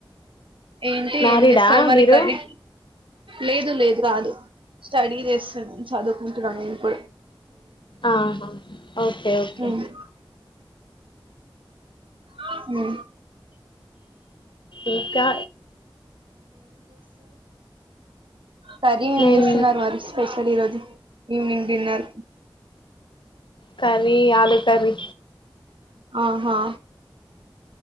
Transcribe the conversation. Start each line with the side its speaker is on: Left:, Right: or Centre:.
Right: ఏంటి
Left: మ్యారీడా
Right: ఏం చేస్తారు మరి
Left: మీరు
Right: కర్రీ లేదు లేదు రాదు స్టడీ చేస్తాను చదువుకుంటున్నాను నేను కూడా
Left: ఆహా ఓకే ఓకే
Right: <unintelligible> హు
Left: ఇంకా
Right: కర్రీ
Left: మేం
Right: చేస్తున్నారు మరి స్పెషల్ కర్రీ ఈ రోజు ఈవినింగ్ డిన్నర్
Left: కరీ ఆలు కర్రీ
Right: ఆహా